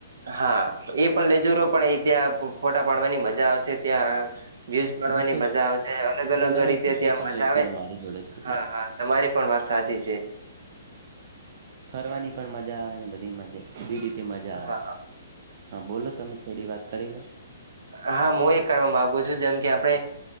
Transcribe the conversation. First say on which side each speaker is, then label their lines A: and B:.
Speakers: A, on the right (about 80°); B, on the right (about 40°).
A: હા એ પણ લે જુરો પણ એ ત્યાં ફોટા પાડવાની મજા આવશે ત્યાં વ્યુઝ પાડવાની
B: હું તો
A: મજા આવેશે અલગ
B: કેમેરો
A: અલગ રીતે
B: છે તે
A: ત્યાં
B: પણ
A: મજા
B: લેસુરો
A: આવે
B: મારી જોડે છે
A: હા
B: તે
A: હા તમારી પણ વાત સાચી છે.
B: ફરવાની પણ મજા આવેને બધી મજા બી રી મજા
A: હા
B: આવે
A: હા
B: હા બોલો તમે થોડી વાત કરી લો
A: હા મો એ કર માગુ છું જેમ કે આપડે,